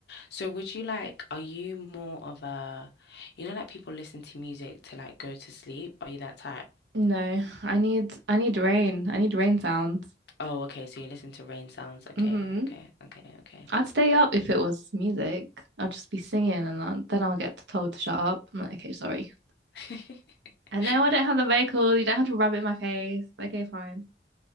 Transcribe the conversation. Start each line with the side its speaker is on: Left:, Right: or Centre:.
Left: So would you like, are you more of a, you know, like people listen to music to like go to sleep? Are you that type?
Right: No, I need I need rain. I need rain sounds.
Left: Oh, okay. So you listen to rain sounds. Okay,
Right: hmm
Left: okay, okay, okay.
Right: I'd stay up if it was music. I'll just be singing and I'll, then I'll get told to shut up. I'm like, okay, sorry.
Left: <laughs>
Right: And now I don't have the vehicle. You don't have to rub it in my face. Okay, fine.